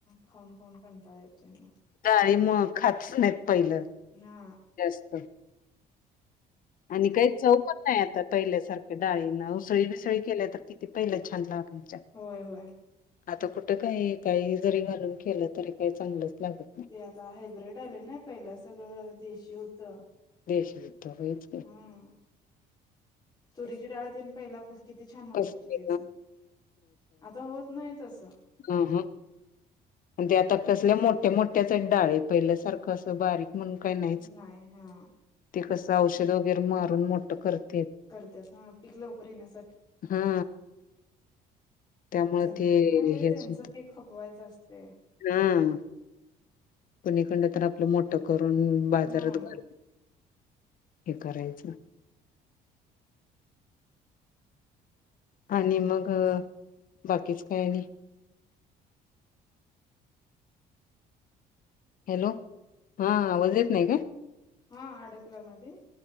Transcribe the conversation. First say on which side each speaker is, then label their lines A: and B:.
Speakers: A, on the left (about 25°); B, on the left (about 55°).
A: खाऊन खाऊन कंटाळा येतोय.
B: डाळी
A: सारख
B: मग खातच नाहीत पहिलं
A: हा
B: जास्त. आणि काही चव पण नाही आता पहिल्यासारख्या डाळीना. उसळी बिसळी केल्या तर किती पहिले छान लागायच्या.
A: होय होय
B: आता कुठं काही. काही जरी घालून केलं तरी काही चांगलंच लागत नाही.
A: ते आता हायब्रीड आलंय ना. पहिला सगळं देशी होत.
B: देशी होत होय की.
A: हम्म. तुरीची डाळ तेन पहिला कस किती छान व्हायची
B: कसले
A: त्याच. आता होत नाही तसं.
B: अम्म हम्म. म्हणजे आता कसल्या मोठ्या मोठ्याच आहेत डाळी. पहिल्या सारखं असं बारीक म्हणून काही नाहीच.
A: नाही हा
B: ते कस औषध वगैरे मारून मोठं करत.
A: करतात हां. पिक लवकर येण्यासाठी.
B: हा त्यामुळे
A: त्यांना
B: ते
A: काय
B: हेच
A: त्यांचं
B: होत
A: पीक खपवायचं असतंय.
B: हा. कुणाकडन तर आपलं मोठ ठ करून बाजारात
A: हम्म
B: घर हे करायचं. आणि मग बाकीच काय आणि हॅलो. हां आवज येत नाही काय?
A: हां अडकला मध्ये